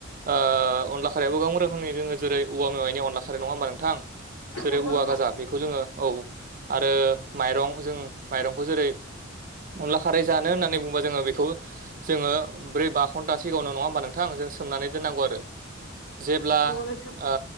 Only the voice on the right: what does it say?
ओ अनला खारैयाबो गोबां रोखोमनि दोंङो जेरै औवा मेवायनि अनला खारै नङा होमबा नोंथां जेरै
औवा
गाजा बेखौ जोङो औ आरो माइरं जों माइरंखौ जेरै अनला खारै जानो होननानै बुंबा जोङो बेखौ जोङो ब्रै बा घन्टा सिगाङावनो नङा होमबा नोंथां जों सोमनानै दोननांगौ आरो जेब्ला
ओ